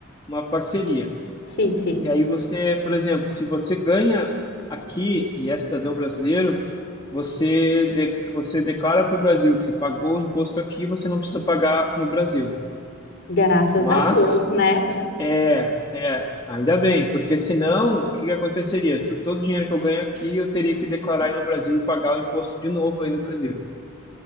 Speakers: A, on the left (about 20°); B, on the left (about 50°).
A: uma parceria.
B: Sim, sim.
A: Que aí você, por exemplo, se você ganha aqui e é cidadão brasileiro, você, de, você declara para o Brasil que pagou o imposto aqui, você não precisa pagar no Brasil.
B: Graças
A: Mas
B: a Deus, né?
A: É, é, ainda bem, porque senão o que que aconteceria? Tu- todo o dinheiro que eu ganho aqui eu teria que declarar aí no Brasil e pagar o imposto de novo aí no Brasil